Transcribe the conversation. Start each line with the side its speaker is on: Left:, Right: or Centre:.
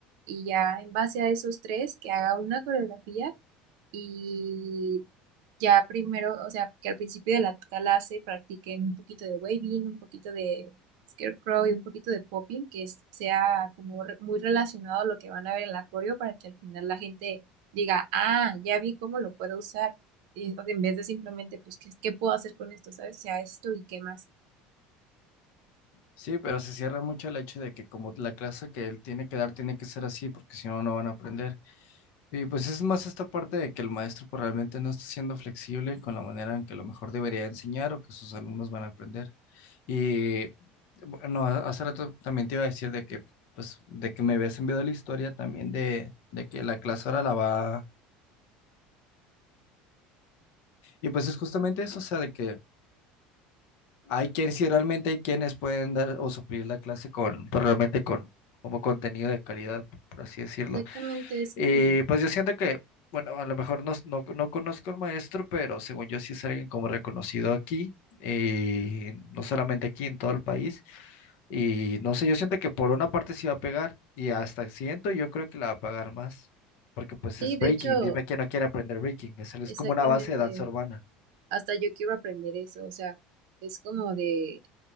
Right: Y ya en base a esos tres, que haga una coreografía y ya primero, o sea, que al principio de la clase practiquen un poquito de waving, un poquito de scarecrow y un poquito de popping, que es- sea como re- muy relacionado a lo que van a ver en la coreo para que al final la gente diga, ah, ya vi cómo lo puedo usar. Y, o sea, en vez de simplemente, pues, ¿qué, qué puedo hacer con esto? ¿Sabes? O sea, esto y qué más.
Left: Sí, pero se cierra mucho el hecho de que como la clase que él tiene que dar tiene que ser así, porque si no, no van a aprender. Y pues es más esta parte de que el maestro pues, realmente no está siendo flexible con la manera en que a lo mejor debería enseñar o que sus alumnos van a aprender. Y bueno, a- hace rato también te iba a decir de que, pues, de que me habías enviado la historia también de, de que la clase ahora la va. Y pues es justamente eso, o sea, de que hay quienes, si realmente hay quienes pueden dar o suplir la clase con, pues realmente con, como contenido de calidad, por así decirlo.
Right: Exactamente, es
Left: Y
Right: como,
Left: pues yo siento que, bueno, a lo mejor no, no, no conozco al maestro, pero según yo sí es alguien como reconocido aquí, eh, no solamente aquí, en todo el país. Y no sé, yo siento que por una parte sí va a pegar y hasta siento yo creo que la va a pagar más, porque pues
Right: sí,
Left: es
Right: de
Left: breaking,
Right: hecho,
Left: dime quién no quiere aprender breaking, es, es
Right: exactamente,
Left: como una base de danza urbana.
Right: hasta yo quiero aprender eso, o sea, es como de,